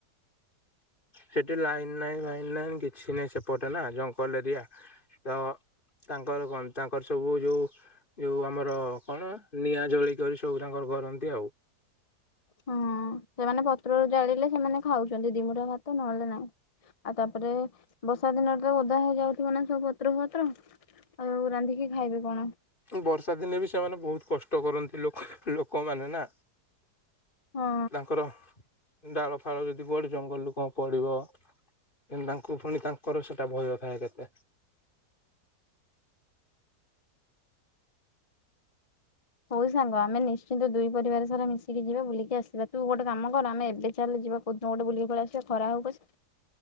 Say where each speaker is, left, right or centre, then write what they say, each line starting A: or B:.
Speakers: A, on the left; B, on the left.
A: ସେଠି ଲାଇନ୍ ନାଇଁ ଭାଇନ୍ ନାଇନ୍ କିଛି ନାହିଁ ସେପଟେ ନା ଜଙ୍ଗଲ ଏରିଆ ତ ତାଙ୍କର ତାଙ୍କର ସବୁ ଯେଉଁ। ଯୋଉ ଆମର କଣ ନିଆଁ ଜଳି କରି ସବୁ ତାଙ୍କର କରନ୍ତି ଆଉ।
B: ହଁ ସେମାନେ ପତ୍ର ଜାଳିଲେ ସେମାନେ ଖାଉଛନ୍ତି ଦିମୁଟା ଭାତ ନହେଲେ ନାଇଁ। ଆଉ ତାପରେ ବର୍ଷା ଦିନଟରେ ଓଦା ହେଇଯାଉଥିବ ନା ସବୁ ପତ୍ର ଫତ୍ର। ଆଉ ରାନ୍ଧିକି ଖାଇବି କଣ।
A: ବର୍ଷା ଦିନେ ବି ସେମାନେ ବହୁତ କଷ୍ଟ କରନ୍ତି ଲୋକମାନେ ନା
B: ହଁ।
A: ତାଙ୍କର ଡାଳ ଫାଳ ଯଦି ବଢ ଜଙ୍ଗଲରୁୁ କଣ ପଡିବ ଏତି ତାଙ୍କୁ ପୁଣି ତାଙ୍କର ସେଟା ଭୟ ଥାଏ କେତେ।
B: ହଉ ସାଙ୍ଗ ଆମେ ନିଶ୍ଚିନ୍ତ ଦୁଇ ପରିବାର ସାରା ମିଶିକି ଯିବା ବୁଲିକି ଆସିବା ତୁ ଗୋଟେ କାମ କର ଆମେ ଏବେ ଚାଲ ଯିବା। କଉଦିନ ଗଟେ ବୁଲିକୁ ଆସିବା ଖରା ହଉପଛେ।